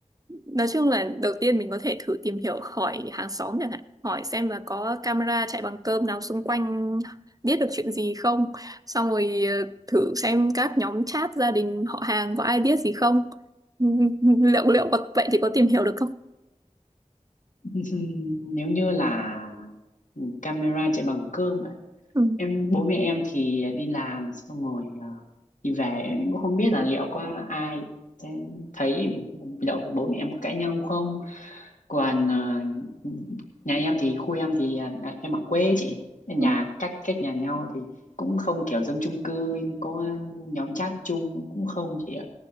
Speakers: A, on the right (about 30°); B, on the left (about 80°).
A: nói chung là đầu tiên mình có thể thử tìm hiểu hỏi hàng xóm chẳng hạn hỏi xem là có camera chạy bằng cơm nào xung quanh biết được chuyện gì không xong rồi ờ, thử xem các nhóm chat gia đình họ hàng có ai biết gì không Ừ, <laughs> liệu liệu có, vậy thì có tìm hiểu được không
B: <laughs> Nếu như là ừ, camera chạy bằng cơm à?
A: Ừ,
B: Em bố mẹ em thì đi làm xong rồi ờ, đi về em cũng không biết là liệu có ai sẽ thấy liệu bố mẹ em có cãi nhau không. Còn ờ, nhà em thì khu em thì à, em ở quê ấy chị. Nhà
A: ừ,
B: cách cách nhà nhau thì cũng không kiểu giống chung cư có nhóm chat chung cũng không chị ạ.